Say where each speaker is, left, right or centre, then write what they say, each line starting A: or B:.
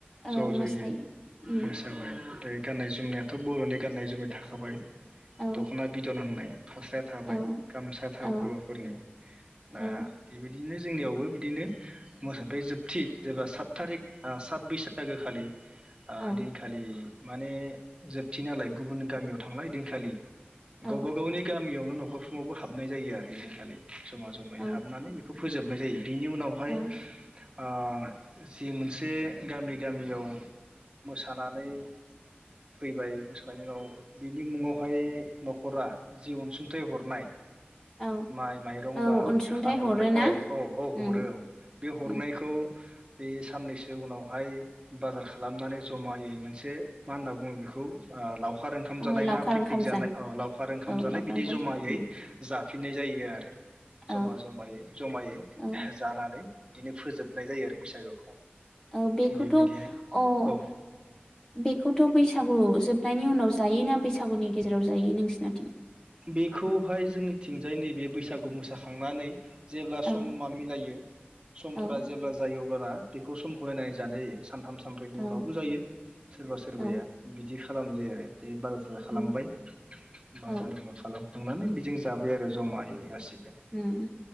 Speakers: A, on the left; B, on the right.
A: औ
B: ज' जयै
A: मोसायो उम
B: मोसाबाय ओमफाय गाननाय जोमनायाथ' बर'नि गाननाय जोमनाय थाखाबाय।
A: औ
B: दख'ना बिदन होननाय। फास्राया थाबाय,
A: औ
B: गामसाया थाबाय
A: औ
B: हौवाफोरनि दा
A: औ
B: बेबाय दिनो जोंनियावबो बिदिनो मोसाबाय जोब थि एबा सात थारिक ओ सात बैसागो खालि ओ
A: औ
B: हैदिन खालि माने जोबथि नालाय गुबुन गामियाव थांला हैदिनखालि।
A: औ
B: गावबा गावनि गामियाव न' न'खरफ्रावबो हाबनाय जायो आरो हैदिनखालि जमा जमायै
A: औ
B: हाबनानै बेखौ फोजोबनाय जायो। बिनि उनावहाय
A: औ
B: ओ जि मोनसे गामि गामियाव मोसानानै फैबाय मोसानायनि उनाव बिनि मुङावहाय न'खरा जि अनसुंथाइ हरनाय
A: औ
B: माइ माइरं
A: औ
B: बा
A: अनसुंथाइ
B: थाखा हरनाय
A: हरोना
B: औ औ औ
A: उम
B: हरो औ बे हरनायखौ
A: उम
B: बे साननैसो उनावहाय बाजार खालामनानै जमायै मोनसे मा होनना बुङो बेखौ ओ लाव खार ओंखाम जानाय
A: ओ लावखार
B: ना पिकनिक
A: ओंखाम
B: जानाय औ लावखार ओंखाम
A: औ
B: जानाय
A: लावखार
B: बिदि
A: ओंखाम
B: जमायै
A: जानाय
B: जाफिननाय जायो आरो
A: औ
B: जमा जमायै जमायै
A: औ
B: जानानै दिनो फोजोब नाय जायो आरो बैसागुखौ।
A: औ बेखौथ'
B: बेबायदिहाय
A: अ'
B: औ
A: बेखौथ' बैसागु जोबनायनि उनाव जायोना बैसागुनि गेजेराव जायो नोंसोरनिथिं?
B: बेखौहाय जोंनिथिंजाय नैबे बैसागु मोसाखांनानै जेब्ला
A: औ
B: समा मिलायो समफोरा
A: औ
B: जेब्ला जायो अ <unintelligible> बेखौ समखौ नायनानै जानाय जायो सानथाम सानब्रैनि
A: औ
B: उनावबो जायो सोरबा सोरबाया
A: औ
B: बि दि खालामनाय जायो आरो बे बाजार थाजार खालामबाय
A: उम
B: बास
A: औ
B: खालामखांनानै बिजों जाबाय आरो जमा हैनि गासिबो
A: उम